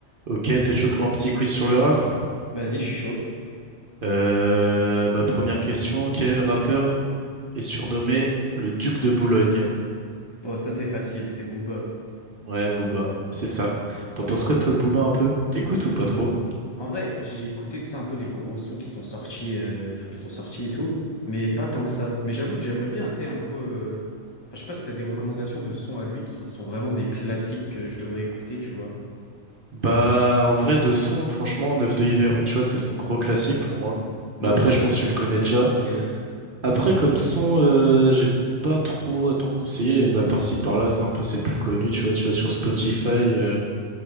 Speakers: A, on the right; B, on the left.
A: Ok, t'es chaud pour un petit quiz sur le rap?
B: Vas-y, je suis chaud.
A: Euh, bah, première question, quel est le rappeur est surnommé le Duc de Boulogne?
B: Bon, ça c'est facile, c'est Booba.
A: Ouais, Booba, c'est ça. T'en penses quoi toi de Booba un peu? T'écoutes ou pas trop?
B: En vrai, j'ai écouté, tu sais, un peu les gros sons qui sont sortis, euh, enfin qui sont sortis et tout, mais pas tant que ça. Mais j'avoue que j'aimerais bien, tu sais, un peu. euh, Enfin, je sais pas si t'as des recommandations de sons à lui qui sont vraiment des classiques que je devrais écouter, tu vois.
A: Bah en vrai de son, franchement, Neuf de Yveron, tu vois, c'est son gros classique pour moi.
B: Ouais,
A: Mais après,
B: bah ouais,
A: je
B: bah
A: pense
B: ça
A: que tu
B: je
A: le connais
B: le connais.
A: déjà.
B: Ouais,
A: Après, comme son, euh, j'ai pas trop à t'en conseiller. À par-ci par-là, c'est un peu ses plus connus, tu vois. Tu vois, sur Spotify, euh,